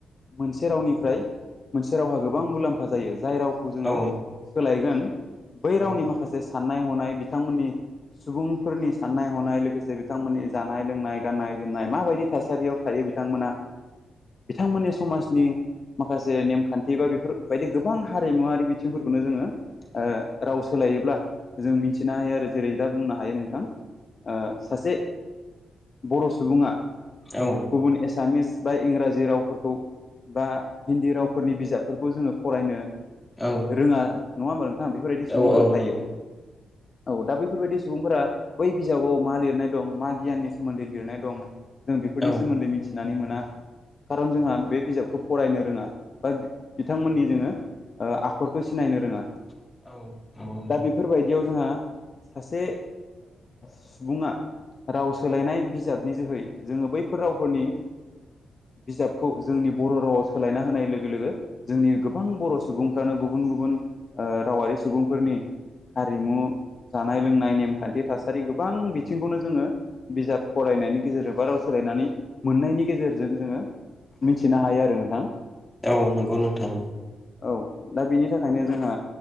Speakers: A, on the left; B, on the left.
A: मोनसे रावनिफ्राय मोनसे रावहा गोबां मुलाम्फा जायो जाय राव खौ जों
B: औ
A: सोलायगोन बै
B: औ
A: रावनि माखासे साननाय हनाय बिथांमोननि सुबुंफोरनि साननाय हनाय लो गोसे बिथांमोननि जानाय लोंनाय गाननाय जोमनाय माबायदि थासारियाव थायो बिथांमोना बिथांमोननि समाज नि माखासे नेमखान्थि बा बेफोरबायायदि गोबां हारिमुवारि बिथिंफोरखौनो जोङो राव सोलायोब्ला जों मिथिनो हायो आरो जेरै दा बुंनो हायो नोंथां सासे बर' सुबुङा
B: औ
A: गुबुन एसामिस बा इंराजि रावफोरखौ बा हिन्दी रावफोरनि बिजाबफोरखौ जोङो फरायनो
B: औ
A: रोङा नङा होमबा नोंथां बेफोरबायदि सुबुंफोर
B: औ औ
A: थायो
B: नंगौ
A: औ दा बैफोरबायदि सुबुंफोरा बै बिजाबाव मा लिर लिरनाय दं मा गियनि सोमोन्दै लिरनाय दं जों बेफोरनि
B: औ
A: सोमोन्दै मिथिनानै मोना खारन जोंहा बे बिजाबखौ फरायनो रोङा बा बिथांमोननि जोङो आखरखौ सिनायनो रोङा
B: औ औ नंगौ नोंथां
A: दा बेफोरबायदियाव जोंहा सासे सुबुङा राव सोलायनाय बिजाबनि जोहै जोङो बैफोर रावफोरनि बिजाबखौ जोंनि बर' रावाव सोलायना होनाय लोगो लोगो जोंनि गोबां बर' सुबुंफ्रानो गुबुन गुबुन रावारि सुबुंफोरनि हारिमु जानाय लोंनाय नेमखान्थि थासारि गोबां बि बिथिंखौनो जोङो बिजाब फरायनायनि गेजेरजों बा राव सोलायनानै मोननायनि गेजेरजों जोङो मिनथिनो हायो आरो नोंथां
B: औ नंगौ नोंथां
A: औ दा बेनि थाखायनो जोंहा